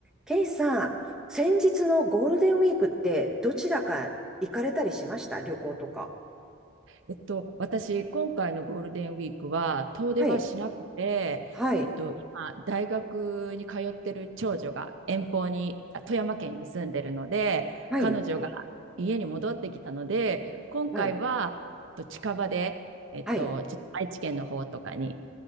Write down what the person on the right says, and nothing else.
えっと、私、今回のゴールデンウィークは遠出はしなくて、
えっと、今、大学に通ってる長女が遠方に、あ富山県に住んでるので、
彼女が家に戻ってきたので、今回は、
えっと近場で、えっと、
ちょっと愛知県の方とかに